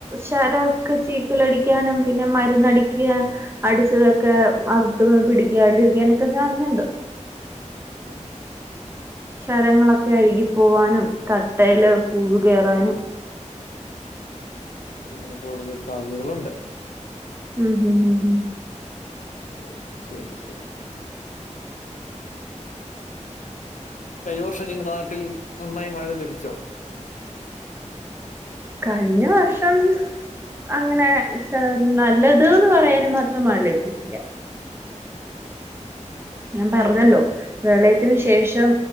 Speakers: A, on the right; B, on the left.
A: ശരൊക്കെ ചീക്കലടിക്ക്യാനും പിന്നെ മരുന്നടിക് ക്ക്യാൻ അടിച്ചതൊക്കെ അകത്ത് പിടിക്കാണ്ടിരിക്കാനൊക്കെ ചാൻസ്ണ്ട്
B: ഉം
A: ചരങ്ങളൊക്കെ അഴുകിപ്പോവാനും തട്ടയില് പുഴു കേറാനും
B: അങ്ങനെ കൂടുതൽ സാധ്യതകളുണ്ട്
A: ഉം ഉം ഉം ഉം
B: ഓ ശരി ശരി കഴിഞ്ഞ വർഷം നിങ്ങടെ നാട്ടിൽ നന്നായി മഴ ലഭിച്ചോ <inaudible>
A: കഴിഞ്ഞ വർഷം അങ്ങനെ സാ നല്ലത് ന്ന് പറയാനും മാത്രം മഴ ലഭിച്ചിട്ടില്ല
B: ഓ,
A: ഞാൻ പറഞ്ഞല്ലോ
B: പിന്നെ
A: പ്രളയത് ത്തിന് ശേഷം